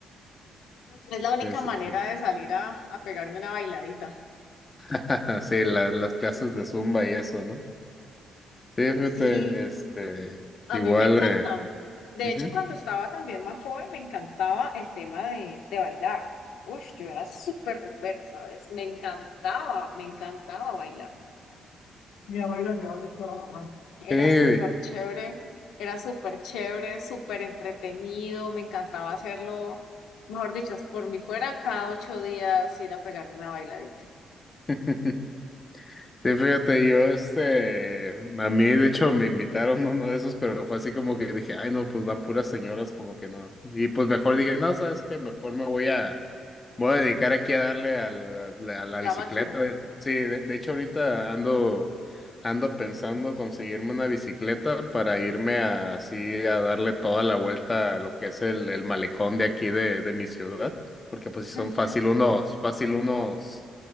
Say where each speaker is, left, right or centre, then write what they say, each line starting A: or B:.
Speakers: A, on the left; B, on the left.
A: Es la única
B: Sí, sí,
A: manera
B: sí.
A: de salir a, a pegarme una bailadita.
B: <laughs> Sí, la- las clases de Zumba y eso, ¿no? Sí, fíjate,
A: Sí,
B: este,
A: a
B: igual,
A: mí me encantan.
B: eh,
A: De
B: ujú,
A: hecho, cuando estaba también más joven, me encantaba el tema de, de bailar. Uf, yo era súper bombera, ¿sabes? Me encantaba, me encantaba bailar. Mi abuelo llevaba esto a mano. Era
B: sí,
A: súper chévere, era súper chévere, súper entretenido, me encantaba hacerlo. Mejor dicho, si por mí fuera, cada ocho días ir a pegarme una bailadita.
B: ujú. <laughs> Sí, fíjate, yo, este, a mí de hecho me invitaron <laughs> a uno de esos, pero fue así como que dije, ay no, pues van puras señoras, como que no. Y pues mejor dije, no, sabes qué, mejor me voy a, me voy a dedicar aquí a darle a la, la- a la
A: La
B: bicicleta.
A: máquina.
B: Sí, de, de hecho ahorita ando, ando pensando conseguirme una bicicleta para irme a- así a darle toda la vuelta a lo que es el, el malecón de aquí de, de mi ciudad, porque pues si son
A: Ujú.
B: fácil unos, fácil unos